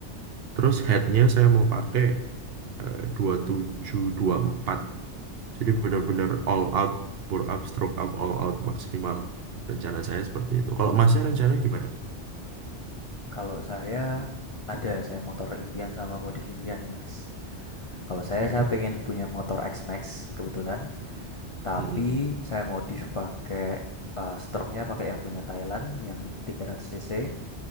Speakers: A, on the right; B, on the left.
A: terus headnya saya mau pakai eh, dua tujuh dua empat jadi benar-benar all out bore up stroke up all out maksimal rencana saya seperti itu kalau masnya rencana gimana
B: Kalau saya ada, saya motor impian sama modif impian nih mas. Kalau
A: oke
B: saya, saya pengen punya motor X-Max kebetulan, tapi
A: Mm-mm.
B: saya modif pakai eh, stroke-nya pakai yang punya Thailand yang 300 cc.